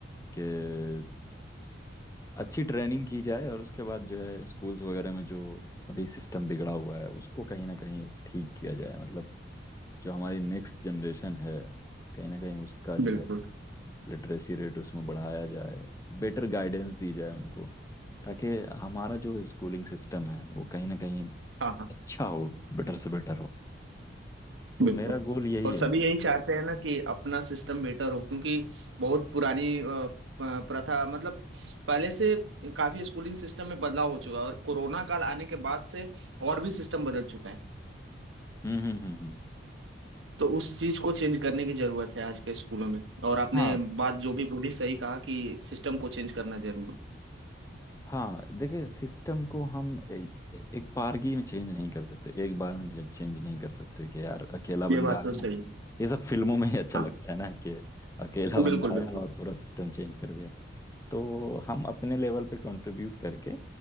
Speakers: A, on the left; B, on the right.
A: कि अच्छी ट्रेनिंग की जाए और उसके बाद जो है स्कूल्स वगैरह में जो अभी सिस्टम बिगड़ा हुआ है उसको कहीं ना कहीं ठीक किया जाए मतलब जो हमारी नेक्स्ट जनरेशन है कहीं ना कहीं उसका
B: बिल्कुल
A: जो है लिटरेसी रेट उसमें बढ़ाया जाए बेटर गाइडेंस दी जाए उनको ताकि हमारा जो स्कूलिंग सिस्टम है वो कहीं ना कहीं
B: हाँ हाँ
A: अच्छा हो बेटर से बेटर हो तो
B: बिल्कुल
A: मेरा गोल यही
B: और
A: है
B: सभी यही चाहते हैं ना कि अपना सिस्टम बेटर हो क्योंकि बहुत पुरानी अ, प- प्रथा मतलब पहले से काफी स्कूलिंग सिस्टम में बदलाव हो चुका है और कोरोना काल आने के बाद से और भी सिस्टम बदल चुका है
A: हम्म हम्म हम्म हम्म।
B: तो उस चीज को चेंज करने की जरूरत है आज के स्कूलों में और आपने
A: हाँ
B: बात जो भी बोली सही कहा कि सिस्टम को चेंज करना जरूरी
A: हाँ देखिए सिस्टम को हम एक एक बारगी में चेंज नहीं कर सकते एक बार में चेंज नहीं कर सकते कि यार अकेला बंदा
B: है। ये बात
A: आया
B: तो सही है।
A: ये सब फिल्मों में ही अच्छा
B: हाँ
A: लगता है ना कि अकेला बंदा
B: बिल्कुल बिल्कुल
A: आया और पूरा सिस्टम चेंज कर दिया तो हम अपने लेवल पे कंट्रीब्यूट करके